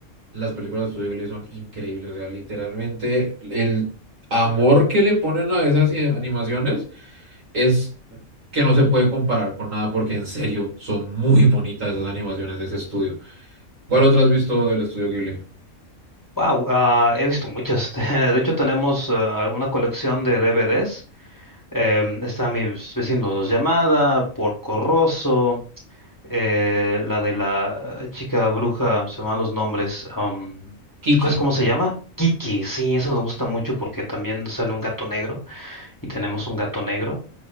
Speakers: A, on the right (about 75°); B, on the left (about 20°).
A: Las películas de Studio Ghibli son increíbles, o sea, literalmente el amor que le ponen a esas eh, animaciones es que no se puede comparar con nada, porque en serio son muy bonitas esas animaciones de ese estudio. ¿Cuál otra has visto del estudio Ghibli?
B: Wow, ah, he visto muchas. <laughs> De hecho, tenemos ah, una colección de DVDs. Em, está Mis vecinos dos llamada, Porco Rosso, eh, la de la chica bruja, se me van los nombres. am,
A: Kiki.
B: ¿te acuerdas cómo se llama? Kiki, sí, eso me gusta mucho porque también sale un gato negro y tenemos un gato negro.